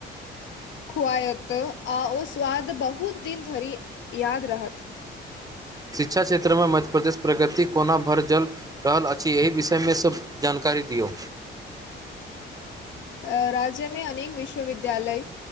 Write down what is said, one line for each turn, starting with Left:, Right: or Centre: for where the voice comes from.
Left: खुआएत आ ओ स्वाद बहुत दिन धरि याद रहत।
Right: शिक्षा क्षेत्रमे मध्य प्रदेशक प्रगति कोना भरि जल रहल अछि एहि विषयमे सब जानकारी दियौ
Left: अ राज्यमे अनेक विश्वविद्यालय,